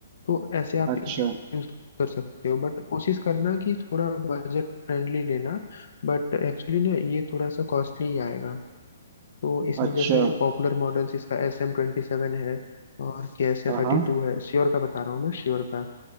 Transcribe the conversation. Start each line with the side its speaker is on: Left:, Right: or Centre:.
Left: तो ऐसे आप
Right: अच्छा
Left: यूज कर सकते हो बट कोशिश करना कि थोड़ा बजट फ्रेंडली लेना बट एक्चुअली ना ये थोड़ा सा कॉस्टली ही आएगा तो इसमें
Right: अच्छा
Left: जैसे पॉपुलर मॉडल्स इसका एस एम ट्वेंटी सेवन है और के एस एम
Right: हाँ
Left: थर्टी
Right: हाँ
Left: टू है श्योर का बता रहा हूँ मैं श्योर का